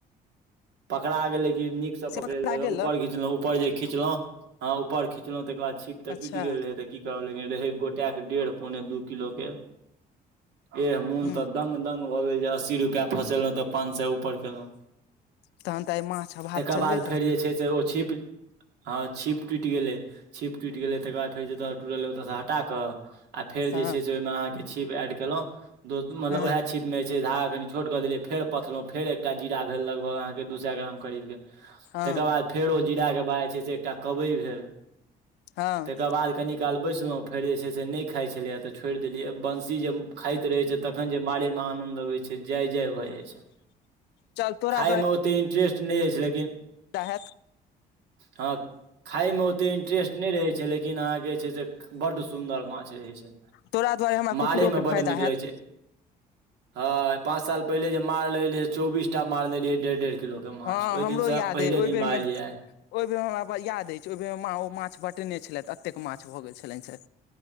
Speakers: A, on the right (about 80°); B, on the left (about 85°).
A: पकड़ा गैलय की निक स
B: से
A: पकड़ेलू
B: पकड़ा गेलौ
A: ऊपर खीचलऊ ऊपर जे खीचलो हं ऊपर खिचलो तकर बाद छीप त
B: अच्छा
A: टूटि गेल रहे त की कहब लेकिन रहै गोटा के डेढ़ पौने दू किलो के एह मोन
B: हूँ
A: तऽ दंग दंग भऽ गेल जे अस्सी रुपैआ फसेलहुँ तऽ पान सौ ऊपर केलहुँ
B: तहन तऽ आइ माछ आ भात
A: तकर
B: चलबे
A: बाद
B: करतै
A: फेर जे छै से ओ छिप हँ छीप टुट गेलै छीप टुट गेलै तकर बाद फेर जत सँ टुटलै ओत सँ हटा क आ फेर
B: हँ
A: जे छै से ओहिमे अहाँके छीप एड केलहुँ दो मतलब
B: हँ
A: उएह छीप मे छै धागा कनि छोट क देले फेर पथलो फेर एकटा जीरा भेल लगभग अहाँ के दू सए ग्राम करीब कऽ तेके
B: हँ
A: बाद फेर ओ जीरा के बाद जे छै से एकटा कबई भेल
B: हँ
A: तेके बाद कनी काल बैसलहुँ फेर जे छै से नहि खाइत छलैय तऽ छोड़ि देलियै बंसी जे खाइत रहै छै तखन जे मारैमे एतना आनद अबै छै जय जय भए जाइ छै
B: चल तोरा
A: खाय मे ओते इंट्रेस्ट न अछि लेकिन
B: ताहक
A: हँ खााय में ओते इंटरेस्ट नहि रहे छै लेकिन लेकिन अहा के जे छै से बड सुंदर माछ रहे छै
B: तोरा दुआरे हमरा
A: मारे
B: कुकुरो
A: में
B: के फायदा
A: बड नीक
B: हैत
A: लगे छै ह पाँंच साल पहिल जे मारय लगरिहे चौबीसटा मारने रहिए रहे डेढ़ डेढ़ किलो के माछ
B: हँ
A: ओहि
B: हमरो
A: दिनसँ
B: याद
A: पहिले
B: अइ ओहि
A: दिन
B: बेर मे
A: मार लिये आई
B: ओहि बेरमे हमरा याद अछि ओहि बेर माँ ओ माछ बँटेने छलथि एतेक माछ भऽ गेलै छलनि